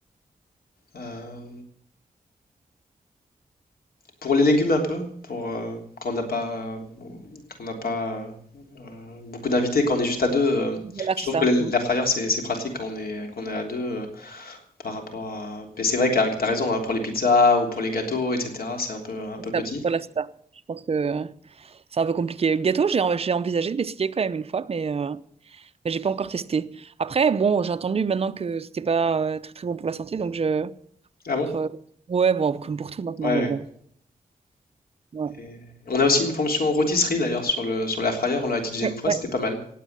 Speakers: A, on the left; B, on the right.
A: euh, pour les légumes un peu, pour, euh, quand on n'a pas, quand on n'a pas euh, beaucoup d'invités, quand on est juste à deux. euh,
B: Voilà,
A: je
B: c'est
A: trouve
B: ça.
A: que la l'air
B: Mm.
A: fryer, c'est c'est pratique quand on est, quand on est à deux euh, par rapport à. Mais c'est vrai que tu as raison, hein, pour les pizzas ou pour les gâteaux, etc., c'est un peu, un peu petit.
B: Ça- Voilà, c'est ça. Je pense que c'est un peu compliqué. Le gâteau, j'ai j'ai envisagé de l'essayer quand même une fois, mais, euh, mais j'ai pas encore testé. Après, bon, j'ai entendu maintenant que c'était pas euh, très très bon pour la santé, donc je.
A: Ah bon?
B: euh, ouais, bon, comme pour tout maintenant,
A: Ouais,
B: mais
A: ouais.
B: bon. Ouais,
A: Et on a aussi une fonction rôtisserie d'ailleurs sur le, sur l'air fryer, on l'a utilisé
B: ouais,
A: une fois,
B: ouais,
A: c'était pas mal.